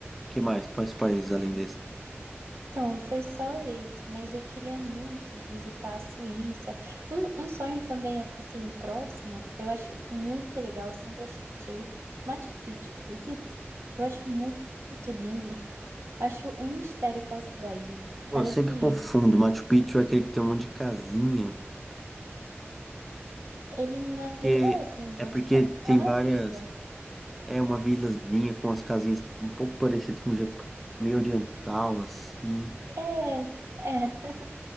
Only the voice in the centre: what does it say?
Que mais? Quais países além desse?
Pô,
eu sempre confundo. Machu Picchu é aquele que tem um monte de casinha.
É porque,
é
porque
tem
várias.
É uma vilazinha com as casinhas um pouco parecido com o Japão, meio oriental, assim.